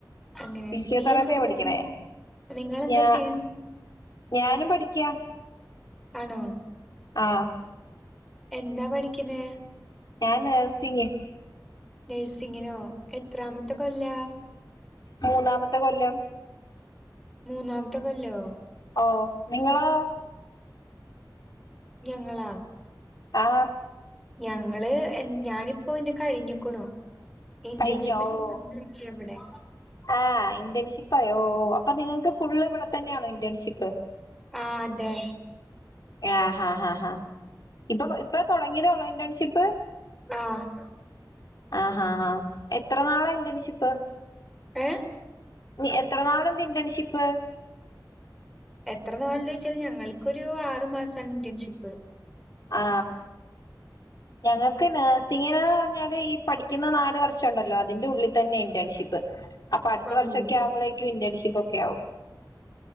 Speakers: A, in the centre; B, on the left (about 55°).
A: അങ്ങനെ
B: ഫിസിയോതെറാപ്പിയാ
A: നീ എന്താ
B: പഠിക്കണേ
A: ചെയ്യണ് നിങ്ങളെന്താ
B: ഞാ
A: ചെയ്യണ്
B: ഞാനും പഠിക്ക
A: ആണോ
B: ആ
A: എന്താ പഠിക്കണേ
B: ഞാൻ നഴ്സിങ്
A: നഴ്സിങ്ങിനോ എത്രാമത്ത കൊല്ലാ
B: മൂന്നാമത്തെ കൊല്ലം
A: മൂന്നാമത്തെ കൊല്ലോ
B: ഓ നിങ്ങളോ
A: ഞങ്ങളാ
B: ആ
A: ഞങ്ങള് ഞാനിപ്പോ ഇന്റെ കഴിഞ്ഞിക്ക്ണു. ഇന്റേൺഷിപ്പ്
B: കഴിഞ്ഞോ
A: ചെയ്തുകൊണ്ടിരിക്കയ
B: ഓ
A: അവിടെ.
B: ആഹ് ഇന്റേൺഷിപ്പ് ആയോ അപ്പൊ നിങ്ങൾക്ക് ഫുള്ള് ഇവിടെ തന്നെയാണോ ഇന്റേൺഷിപ്പ്.
A: ആ അതെ.
B: ആഹ ഹാ ഹാ ഹാ ഇപ്പൊ ഇപ്പൊ തുടങ്ങിയദേ ഉള്ള ഇന്റേൺഷിപ്പ്.
A: ആഹ്
B: ആഹ ഹാ ആാ എത്ര നാളാ ഇന്റേൺഷിപ്പ്.
A: ഏ
B: എത്ര നാള് ഇണ്ട് ഇന്റേൺഷിപ്പ്.
A: എത്ര നാളുണ്ട് ചോച്ചാല് ഞങ്ങൾക്കൊരു ആറ് മാസമാണ്. ഇന്റേൺഷിപ്പ്.
B: ആ ഞങ്ങൾക്ക് നഴ്സിങ്. ഇങ്ങനെന്ന് പറഞ്ഞാല് ഈ പഠിക്കുന്ന നാലല് വർഷം ഉണ്ടല്ലോ അതിന്റെ ഉള്ളിൽ തന്നെ ഇന്റേൺഷിപ്പ്. അപ്പൊ അടുത്ത
A: ആണോ
B: വർഷൊക്കെ ആവുമ്പോഴേക്കും ഇന്റേൺഷിപ്പ് ഒക്കെ ആവും.